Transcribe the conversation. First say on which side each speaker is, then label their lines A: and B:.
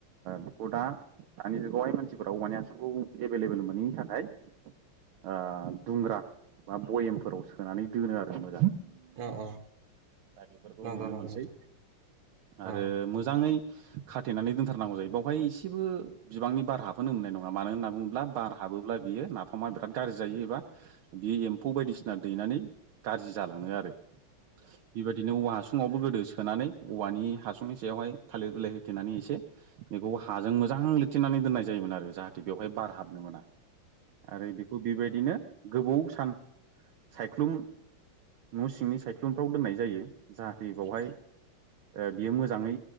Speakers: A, on the right; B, on the right.
A: बेखौ दा दानि जुगावहाय मानसिफोरा औवानि हासुंखौ एभेलेबेल मोनैनि थाखाय ओ दुंग्रा बा बयेमफोराव सोनानै दोनो आरो <unintelligible>
B: औ औ
A: दा बेफोरखौ
B: नंगौ
A: नुनो
B: नंगौ
A: मोनसै
B: नोंथां
A: आरो
B: नंगौ
A: मोजाङै खाथेनानै दोनथारनांगौ जायो बेवहाय एसेबो बिबांनि बार हाबहोनो मोननाय नङा मानो होनना बुङोब्ला बार हाबोब्ला बियो नाफामा बिराद गाज्रि जायो एबा बियो एम्फौ बायदिसिना दैनानै गाज्रि जालाङो आरो बेबायदिनो औवा हासुङावबो गोदोसो सोनानै औवानि हासुंनि सायावहाय थालिर बिलाइ होथेनानै एसे बेखौ हाजों मोजां लिर थेनानै दोननाय जायोमोन आरो जाहाथे बेवहाय बार हाबनो मोना आरो बेखौ बेबायदिनो गोबाव सम सान सायख्लुम न' सिंनि सायख्लुमफ्राव दोननाय जायो जाहाथे बावहाय ओ बियो मोजाङै